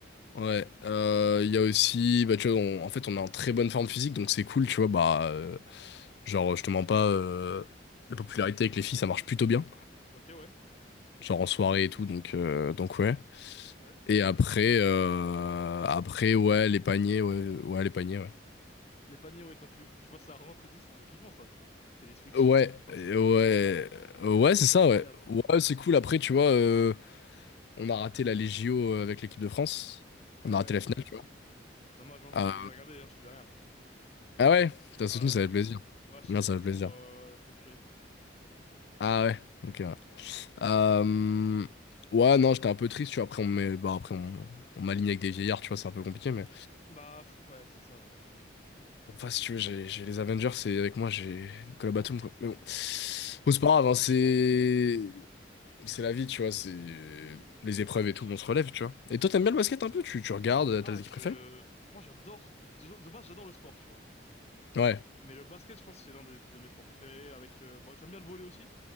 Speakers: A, on the left (about 60°); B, on the left (about 35°).
A: Ouais, euh, il y a aussi, bah, tu vois, on- en fait, on est en très bonne forme physique, donc c'est cool, tu vois, bah, euh, genre, je te mens pas, euh, la popularité avec les filles, ça marche plutôt bien,
B: Ok ouais.
A: genre en soirée et tout, donc, euh, donc ouais.
B: Ouais.
A: Et après, euh, après, ouais, les paniers, ouais, ouais, les paniers, ouais.
B: Les paniers ouais quand tu tu vois ça rentre et tout, c'est trop kiffant ça. Ça fait des switches.
A: Ouais,
B: Je pense
A: euh,
B: que c'est comme comme
A: ouais,
B: ça.
A: euh, ouais, c'est
B: Incroyable.
A: ça, ouais. Ouais, c'est cool, après, tu vois, euh, on a raté la Légio avec l'équipe de France,
B: Ouais
A: on
B: ouais
A: a raté la finale,
B: ouais.
A: tu vois.
B: Dommage hein, j'ai
A: Euh,
B: j'ai regardé, hein, j'étais derrière.
A: ah ouais, t'as
B: Ouais,
A: soutenu,
B: ouais,
A: ça fait plaisir.
B: Ouais, c'est-
A: Non,
B: j'étais
A: ça fait plaisir.
B: pour euh, Steph Curry.
A: Ah ouais, ok. Ouais. Euh, Ouais, non, j'étais un peu triste, tu vois. Après, on m'est- bah, après, on, on m'aligne avec des vieillards, tu vois, c'est un peu compliqué, mais.
B: Bah, pff, ouais, c'est ça, ouais.
A: bon, Enfin, si tu veux, j'ai j'ai les Avengers, c'est avec moi, j'ai Nicolas Batum, quoi. Mais bon, Bon, c'est pas grave, hein, c'est.
B: Je comprends.
A: C'est la vie, tu vois, c'est. Les épreuves et tout, on se relève, tu vois. Et toi, t'aimes bien le basket un peu? Tu, tu regardes,
B: Ah,
A: t'as des
B: je...
A: équipes préférées?
B: Moi, j'adore... De, de base, j'adore le sport, tu vois.
A: Ouais.
B: Mais le basket, je pense c'est l'un des- de mes sports préférés, avec... euh, Bon, j'aime bien le volley aussi,